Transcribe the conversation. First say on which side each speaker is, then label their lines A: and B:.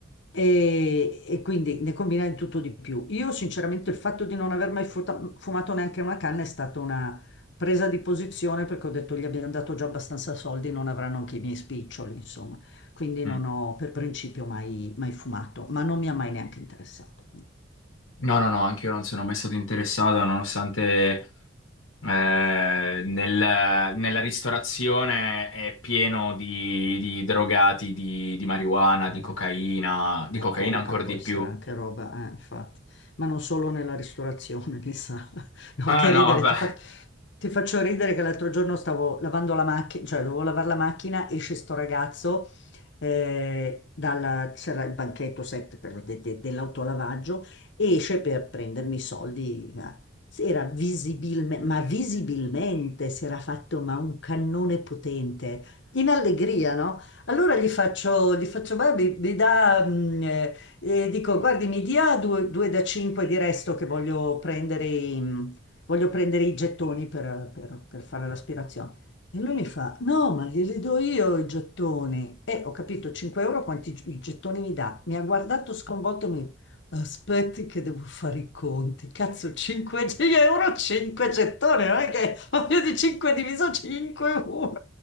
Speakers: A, on the left; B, on the left.
A: E, e quindi ne combina di tutto di più. Io sinceramente il fatto di non aver mai futa- fumato neanche una canna è stata una presa di posizione perché ho detto gli abbiamo dato già abbastanza soldi, non avranno anche i miei spiccioli, insomma. Quindi non
B: Mm.
A: ho per principio mai, mai fumato, ma non mi ha mai neanche interessato.
B: No, no, no, anche io non sono mai stato interessato, nonostante eh, nel- nella ristorazione è pieno di, di drogati, di, di marijuana,
A: Vabbè.
B: di cocaina, di
A: E
B: cocaina
A: coca,
B: ancora
A: poi
B: di
A: sarà
B: più.
A: anche roba, eh, infatti, ma non solo nella ristorazione, mi sa. <laughs> No,
B: Ah,
A: che
B: no,
A: ridere,
B: vabbè.
A: ti, fa- ti faccio ridere che l'altro giorno stavo lavando la macchina, cioè dovevo lavare la macchina, esce sto ragazzo, eh, dalla- c'era il banchetto set per- de- de- dell'autolavaggio, e esce per prendermi i soldi. eh. Si Era visibilmente, ma visibilmente si era fatto ma un cannone potente, in allegria, no? Allora gli faccio, gli faccio "Beh, mi, mi dà, mm, eh, eh, dico, guardi, mi dia due, due da 5 di resto che voglio prendere, i- mm, voglio prendere i gettoni per, per- per fare l'aspirazione. E lui mi fa, no, ma glieli do io i gettoni. E ho capito, 5 euro quanti gi- i gettoni mi dà. Mi ha guardato sconvolto e mi Aspetti che devo fare i conti. Cazzo, 5 <laughs> euro, 5 gettoni, non è che voglio di 5 diviso 5, 1.